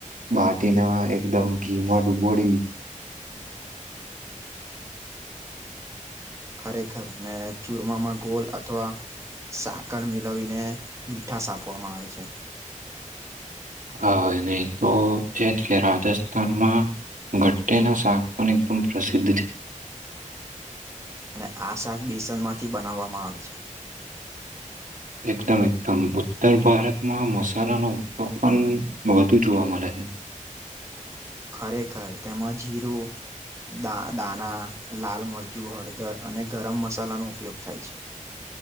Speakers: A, on the right; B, on the right.
A: બાટીના એકદમ ઘી.
B: ખરેખર ને ચૂરમામાં ગોલ અથવા સાકર મિલાવીને.
A: હા અને તો છે, એટલે રાજસ્થાનમાં ઘટે ના શા અન એકદમ પ્રસિદ્ધિ છે.
B: અને આ શાક બેસનમાંથી બનાવામાં આવે છે.
A: એકદમ એકદમ ઉત્તર ભારતમાં મસાલાનો ઉપયોગ પણ. છે.
B: ખરેખર તેમાં જીરું. દા દાણા, લાલ, મરચું, હળદર અને ગરમ મસાલાનો ઉપયોગ થાય છે.